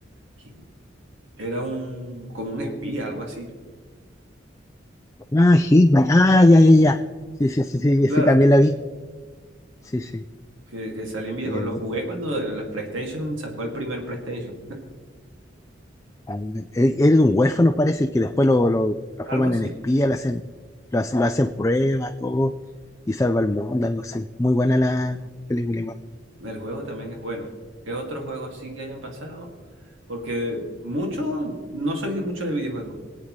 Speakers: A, on the right; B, on the left.
A: hit- era un, como un espía, algo así.
B: Ah, Hitman. Ah, ya, ya, ya. Sí, sí, sí, sí,
A: Claro,
B: sí, también
A: que, ta-
B: la vi. Sí, sí.
A: que, que salía en videojuegos.
B: Eh,
A: Lo jugué cuando la PlayStation sacó el primer PlayStation.
B: Ah, Él él es un huérfano, parece, que después lo, lo transforman
A: Algo así.
B: en espía, le hacen, lo, hacen lo hacen pruebas, todo, y salva al mundo, algo así. Muy buena la película igual.
A: El juego también es bueno. ¿Qué otros juegos sí que hayan pasado? Porque mucho, no soy de mucho de videojuegos.